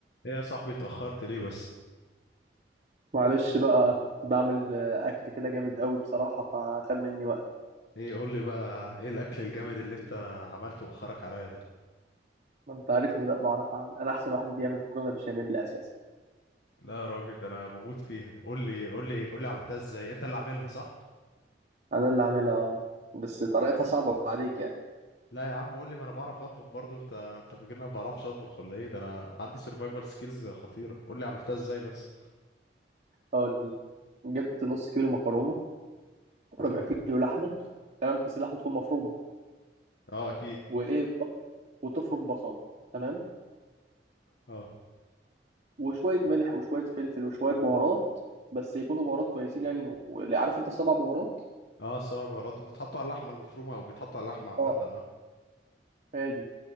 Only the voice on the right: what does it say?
معلش بقى كنت بعمل آه، اكل كده جامد قوي بصراحه فخد مني وقت
ما انت عارفني بقى بعرف اعمل انا احسن واحد بيعمل مكرونه بشاميل اساسا
انا اللي عاملها آه. بس طريقتها صعبه عليك يعني
هقول لك. جبت نص كيلو مكرونه وربع
كيلو لحمه تمام بس اللحمه تكون مفرومه
وايه وتقط- وتفرم بصله تمام
وشويه ملح وشويه فلفل وشويه بهارات بس يكونوا بهارات كويسين يعني واللي عارف انت السبع بهارات
اه
هادي